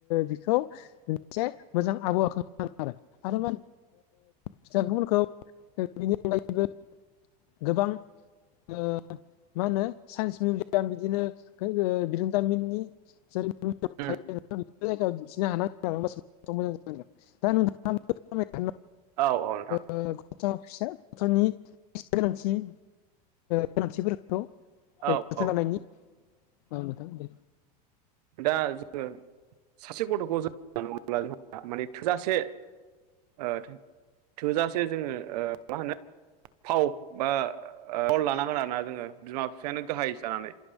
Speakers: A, on the left; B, on the right.
A: बिखौ मोनसे मोजां आबहावाखो आरो आरो ओ मा बिथांमोनखौ बिनि अनगायैबो गोबां ओ माहोनो साइन्स मिउजियाम बिदिनो ओ बिरोंदामिननि <unintelligible> जाय
B: उम
A: दिन्थिनो हानांगोन मोजां जांगोन दा नोंथाङा <unintelligible>
B: औ औ नोंथां
A: ओ गथ' फिसा गथ'नि गोनांथि ओ गोनांथिफोरखौ <unintelligible>
B: औ औ
A: औ नोंथां दे।
B: दा जोङो सासे गथ'खौ जों जोथोन लानांगौब्ला जोंहा माने थोजासे ओ थो थोजासे जोङो ओ माहोनो फाव बा ओ रल लानांगोन आरोना जोङो बिमा बिफायानो गाहाय जानानै।